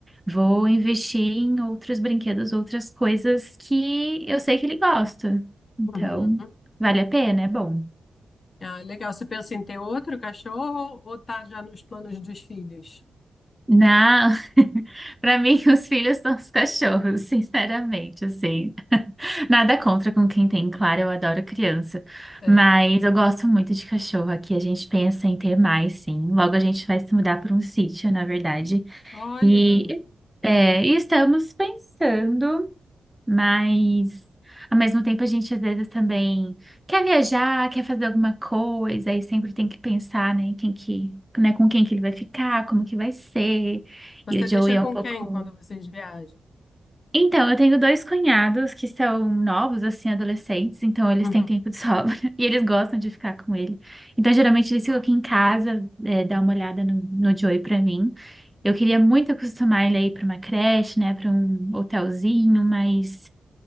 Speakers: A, in the centre; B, on the left.
A: vou investir em outros brinquedos, outras coisas que eu sei que ele gosta. Então,
B: Uhum.
A: vale a pena, é bom.
B: Ah, legal. Você pensa em ter outro cachorro ou tá já nos planos dos filhos?
A: Não, <laughs> para mim os filhos são os cachorros, sinceramente, assim. <laughs> Nada contra com quem tem, claro, eu adoro criança,
B: É.
A: mas eu gosto muito de cachorro aqui, a gente pensa em ter mais, sim. Logo a gente vai se mudar para um sítio, na verdade,
B: Olha.
A: e, é, e estamos pensando. Mas, ao mesmo tempo, a gente às vezes também quer viajar, quer fazer alguma coisa, e sempre tem que pensar, né, em quem que, né, com quem que ele vai ficar, como que vai ser.
B: Você
A: E o
B: deixa
A: Joey é
B: com
A: um pouco.
B: quem quando vocês viajam?
A: Então, eu tenho dois cunhados que são novos, assim, adolescentes, então eles
B: Uhum.
A: têm tempo de sobra <laughs> e eles gostam de ficar com ele. Então, geralmente, eles ficam aqui em casa, é, dar uma olhada no, no Joey pra mim. Eu queria muito acostumar ele aí pra uma creche, né, pra um hotelzinho, mas.